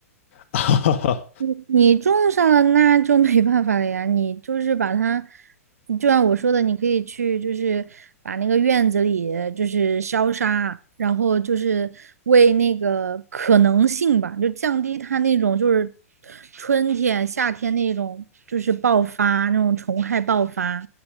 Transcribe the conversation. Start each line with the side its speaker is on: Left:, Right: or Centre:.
Left: <laughs>，哈哈，
Right: 你你种上了，那就没办法了呀。你就是把它，你就像我说的，你可以去，就是把那个院子里就是消杀，然后就是为那个可能性吧，就降低它那种就是春天、夏天那种就是爆发那种虫害爆发。